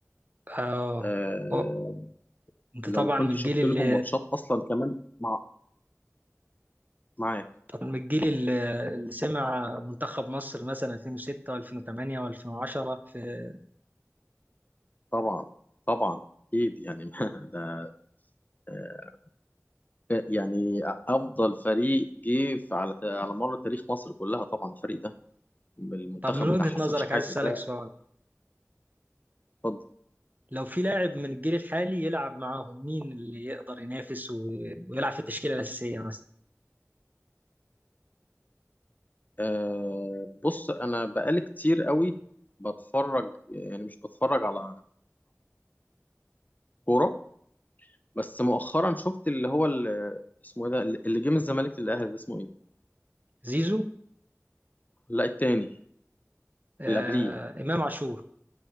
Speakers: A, on the right; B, on the left.
A: اه
B: آه...
A: و- انت
B: لو
A: طبعا
B: كنت
A: من الجيل
B: شفت
A: اللي
B: لهم ماتشات اصلا كمان مع... معاك
A: طب من الجيل ال- اللي سمع منتخب مصر مثلا 2006 و2008 و2010 في...
B: طبعا طبعا اكيد يعني <laughs> ده آه، يعني افضل فريق جه في- على على مر تاريخ مصر كلها طبعا الفريق ده المنتخب
A: طب من
B: بتاع
A: وجهة
B: حسن
A: نظرك
B: شحاته
A: عايز أسألك
B: ده
A: سؤال
B: اتفضل
A: لو في لاعب من الجيل الحالي يلعب معاهم مين اللي يقدر ينافس و... ويلعب في التشكيلة الأساسية مثلا
B: آه بص انا بقالي كتير قوي بتفرج يعني مش بتفرج على كوره بس مؤخرا شفت اللي هو ال- اسمه ايه ده اللي جه من الزمالك للاهلي ده اسمه ايه
A: زيزو
B: لا التاني
A: آه...
B: اللي قبليه
A: إمام عاشور